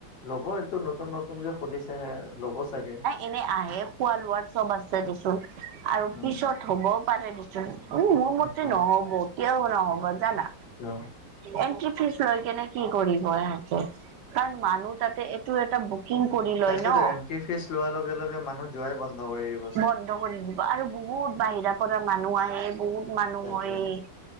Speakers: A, on the left; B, on the right.
A: ল'ব এইটো নতুন-নতুনকে খুলিছেহে ল'ব চাগে।
B: এনেই আহে খোৱা লোৱা চব আছে দে চোন আৰু
A: উম
B: পিছত হবও পাৰে দিচোন। উম, মোৰ মতে
A: আচ্ছা
B: নহ'ব কিয়ও ন'হব জানা
A: কিয়?
B: এণ্ট্ৰি ফিজ লৈ কিনে কি কৰিব এহেতে কাৰণ মানুহ তাতে এইটোৰ এটা বুক বুকিং কৰি লয়
A: তাকেটো
B: ন
A: এন্ট্ৰি ফিজ লোৱাৰ লগে-লগে মানুহে যোৱাই বন্ধ কৰি দিবচোন।
B: বন্ধ কৰি দিব আৰু বহুত বাহিৰা পৰা মানুহ আহে বহুত মানুহ
A: তাকে
B: হয়।